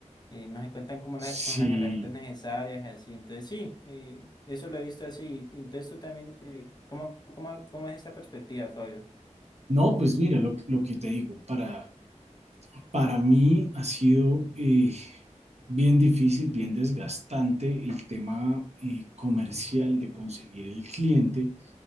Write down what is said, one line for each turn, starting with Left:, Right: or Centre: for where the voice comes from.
Left: eh, no se cuentan como
Right: Sí,
Left: la- con las herramientas necesarias y así. Entonces, sí, eh, eso lo he visto así. Entonces, tú también, eh, ¿cómo, cómo, cómo es esta perspectiva, Fabio?
Right: no, pues mira, lo, que- lo que te digo, para, para mí ha sido eh, bien difícil, bien desgastante el tema eh, comercial de conseguir el cliente,